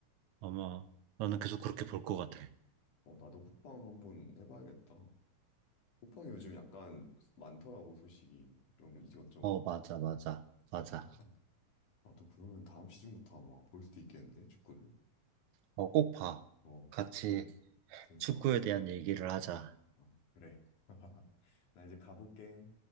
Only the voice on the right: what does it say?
아마 나는 계속 그렇게 볼 것 같아.
어, 맞아, 맞아,
맞아.
어, 꼭 봐.
같이
축구에
대한 얘기를 하자.